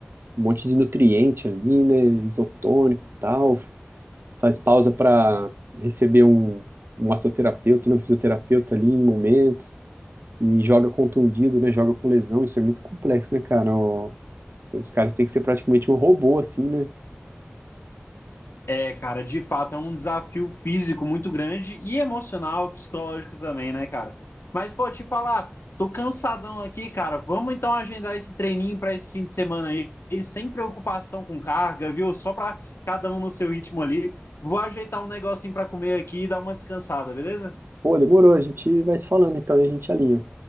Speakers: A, on the right; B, on the left.
A: um monte de nutriente ali, né? Isotônico e tal faz pausa para receber um, um massoterapeuta, né, um fisioterapeuta ali em momentos, e joga contundido, né, joga com lesão, isso é muito complexo, né, cara? Ó, tem- os caras têm que ser praticamente um robô, assim, né?
B: É, cara, de fato, é um desafio físico muito grande e emocional, psicológico também, né, cara? Mas, pô, te falar, tô cansadão aqui, cara. Vamos então agendar esse treininho pra esse fim de semana aí, e sem preocupação com carga, viu? Só pra cada um no seu ritmo ali. Vou ajeitar um negocinho pra comer aqui e dar uma descansada, beleza?
A: Pô, demorou, a gente vai se falando, então, e a gente alinha.